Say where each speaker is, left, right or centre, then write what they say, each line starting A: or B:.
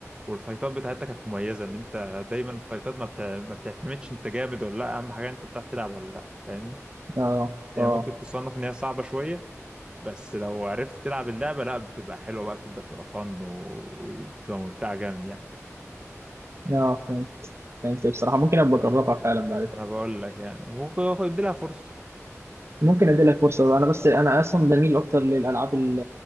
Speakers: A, on the right (about 15°); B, on the right (about 55°).
A: والفايتات بتاعتها كانت مميزه ان انت دايما الفايتات ما, بتع... ما بتعتمدش انت جامد ولا لا اهم حاجه انت بتعرف تلعب ولا لا فاهمني
B: اه
A: هي
B: اه
A: يعني ممكن تصنف ان هي صعبه شويه بس لو عرفت تلعب اللعبه لا بتبقى حلوه بقى بتبدا تبقى فن و... وبتبقى ممتعه جامد يعني
B: اه فهمت فهمت بصراحة ممكن أبقى أجربها فعلا بعد كده
A: انا بقول لك يعني ممكن خد- ادي لها فرصه
B: ممكن أدي لك فرصة بقى. أنا بس أنا أصلا بميل أكتر للألعاب ال-